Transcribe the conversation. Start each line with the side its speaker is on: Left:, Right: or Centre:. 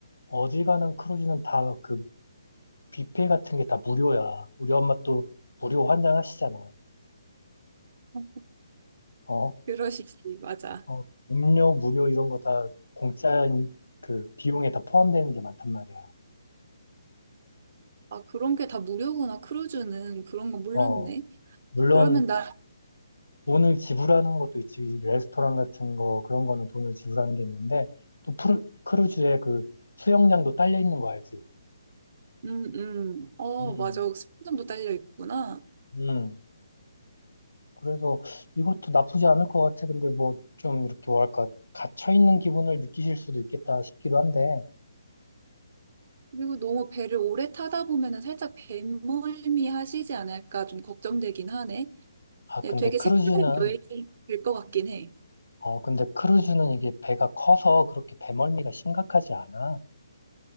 Left: 어지간한 크루즈는 다 그 뷔페 같은 게 다 무료야. 우리 엄마 또 무료 환장하시잖아.
Right: 어,
Left: 어,
Right: 그러시지, 맞아.
Left: 어, 음료 무료 이런 거 다 공짜 그 비용에 다 포함되는 게 많단 말이야.
Right: 아, 그런 게 다 무료구나, 크루즈는. 그런 거 몰랐네.
Left: 어, 물론
Right: 그러면 나,
Left: 돈을 지불하는 것도 있지, 레스토랑 같은 거, 그런 거는 돈을 지불하는 게 있는데, 또 프루, 크루즈에 그 수영장도 딸려 있는 거 알지?
Right: 음, 음, 어,
Left: 음,
Right: 맞아. 숙박권도 딸려 있구나.
Left: 음. 그래서 이것도 나쁘지 않을 것 같아. 근데 뭐 좀 이렇게 뭐랄까, 갇혀 있는 기분을 느끼실 수도 있겠다 싶기도 한데,
Right: 그리고 너무 배를 오래 타다 보면은 살짝 배멀미 하시지 않을까 좀 걱정되긴 하네.
Left: 아, 근데
Right: 네, 되게
Left: 크루즈는,
Right: 색다른 여행이 될 것 같긴 해.
Left: 어, 근데 크루즈는 이게 배가 커서 그렇게 배멀미가 심각하지 않아.